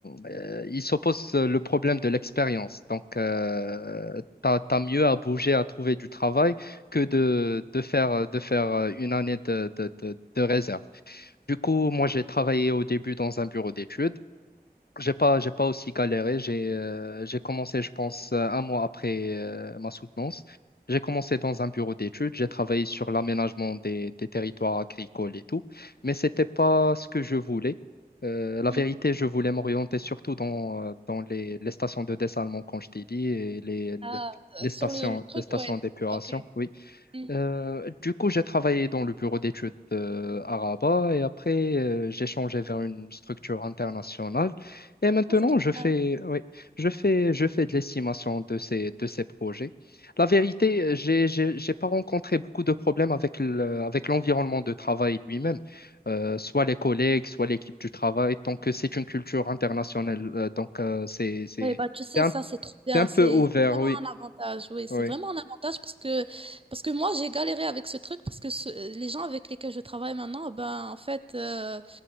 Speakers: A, on the left (about 70°); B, on the right (about 35°).
A: euh, il s'oppose euh, le problème de l'expérience. Donc, euh, t'as, t'as mieux à bouger, à trouver du travail que de, de faire, euh, de faire euh, une année de, de, de, de réserve. Du coup, moi, j'ai travaillé au début dans un bureau d'études. J'ai pas, j'ai pas aussi galéré. J'ai euh, j'ai commencé, je pense, euh, un mois après euh, ma soutenance. J'ai commencé dans un bureau d'études. J'ai travaillé sur l'aménagement des, des territoires agricoles et tout. Mais c'était pas ce que je voulais. Euh, la vérité,
B: Mhm.
A: je voulais m'orienter surtout dans, euh, dans les, les stations de dessalement, comme je t'ai dit, et les, les
B: Ah,
A: les
B: euh,
A: stations,
B: sur le, le truc,
A: les stations
B: ouais,
A: d'épuration.
B: ok.
A: oui
B: Mhm.
A: euh, du coup, j'ai travaillé dans le bureau d'études euh, à Rabat et après, euh, j'ai changé vers une structure internationale. Et maintenant,
B: Ah, c'est trop
A: je fais,
B: bien.
A: oui, je fais, je fais de l'estimation de ces, de ces projets. La vérité, euh, j'ai, j'ai, j'ai pas rencontré beaucoup de problèmes avec le, avec l'environnement de travail lui-même, Euh, soit les collègues, soit l'équipe du travail, tant que c'est une culture internationale. euh, donc, euh, c'est, c'est,
B: Oui, bah tu sais,
A: c'est un,
B: ça c'est trop bien,
A: c'est un peu
B: c'est
A: ouvert,
B: c'est vraiment
A: oui.
B: un avantage, oui, c'est
A: Oui.
B: vraiment un avantage parce que parce que moi j'ai galéré avec ce truc parce que ce- les gens avec lesquels je travaille maintenant, ben en fait, euh,